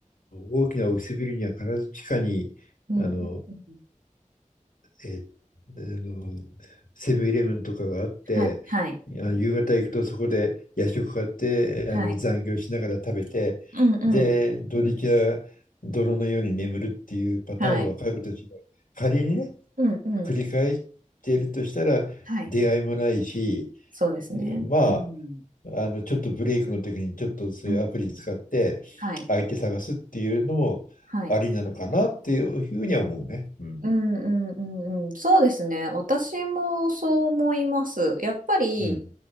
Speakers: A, on the left (about 80°); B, on the right (about 80°).
A: 大きなオフィスビルには必ず地下に、
B: うんうんうん。
A: あの、えーあのセブンイレブンとかがあって
B: はい。はい。
A: あの夕方行くとそこで夜食買ってあの残業しながら食べてで土日は泥のように眠るっていうパターンを若い子たちが仮にね
B: はい。うんうん。はい。うんうん。
A: 繰り返しているとしたら出会いもないし
B: はい。そうですね。
A: えーま
B: うん。
A: ああのちょっとブレイクの時にちょっとそういうアプリ使って相手探すっていうのもありなのかなっていうふうには思うね。
B: うんうん。はい。はい。
A: うん
B: うんうんうんうん。そうですね。私もそう思います。やっぱり、
A: うん。